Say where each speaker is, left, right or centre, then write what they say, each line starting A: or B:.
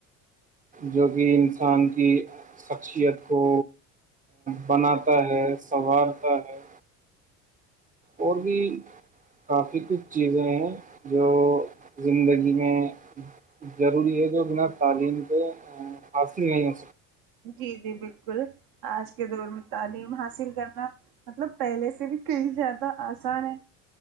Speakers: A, on the right; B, on the right.
A: جو کہ انسان کی شخصیت کو بناتا ہے سنوارتا ہے اور بھی کافی کچھ چیزیں ہیں جو زندگی میں ضروری ہے جو بنا تعلیم کے ہ ہاؤس نہیں آ
B: جی جی بالکل آج کے دور میں تعلیم حاصل کرنا مطلب پہلے سے بھی کہئی زیادہ آسان ہے